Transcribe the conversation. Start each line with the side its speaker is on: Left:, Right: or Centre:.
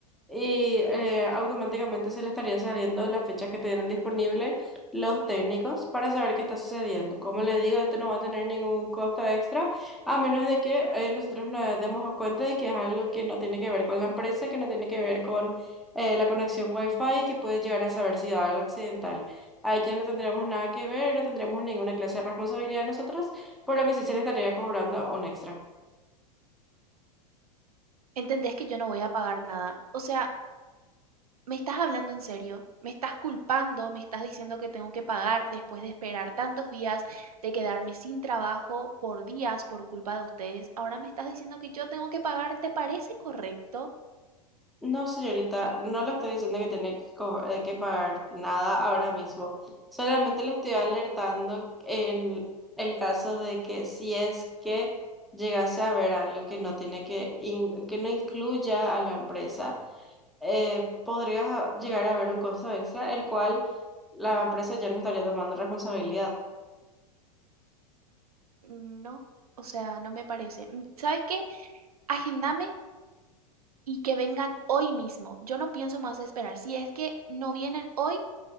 Centre: y eh, automáticamente se le estaría saliendo las fechas que tienen disponible los técnicos para saber qué está sucediendo. Como les digo, este no va a tener ningún costo extra, a menos de que eh, nosotros nos demos cuenta de que es algo que no tiene que ver con la empresa, que no tiene que ver con eh, la conexión Wi-Fi, que puede llegar a saber si da algo accidental. Ahí ya no tendríamos nada que ver, no tendríamos ninguna clase de responsabilidad nosotros, por lo que sí se le estaría cobrando un extra.
Right: Entendés que yo no voy a pagar nada. O sea, ¿me estás hablando en serio? ¿Me estás culpando? ¿Me estás diciendo que tengo que pagar después de esperar tantos días, de quedarme sin trabajo por días por culpa de ustedes? Ahora me estás diciendo que yo tengo que pagar. ¿Te parece correcto?
Centre: No, señorita, no le estoy diciendo que tiene que, co- eh, que pagar nada ahora mismo. Solamente le estoy alertando en el caso de que si es que llegase a ver algo que no tiene que, in- que no incluya a la empresa, eh, podría llegar a haber un costo extra, el cual la empresa ya no estaría tomando responsabilidad.
Right: mm, No, o sea, no me parece. Mm, ¿Sabes qué? Agendame y que vengan hoy mismo. Yo no pienso más esperar. Si es que no vienen hoy,